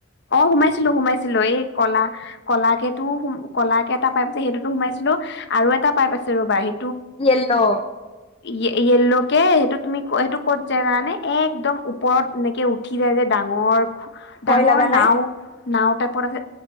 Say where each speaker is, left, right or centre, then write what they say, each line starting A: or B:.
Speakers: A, on the left; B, on the left.
A: অ সোমাইছিলো সোমাইছিলো এই কলা কলাকেত তোম কল কেে এটা পাই পছে সেইটোতো সোমাইছিলো আৰু এটা পাই প আছে ৰ'বা সি।
B: ইয়েলো
A: য় য়্লকে সেইটো তুমি ক সেইটো ক'ত যায় জানে একদম ওপৰত এনেকে উঠি যায় যে দ ডাঙৰ
B: ভয়
A: ডাঙৰ
B: লগা নাই?
A: নাও। নাও টাইপত আছে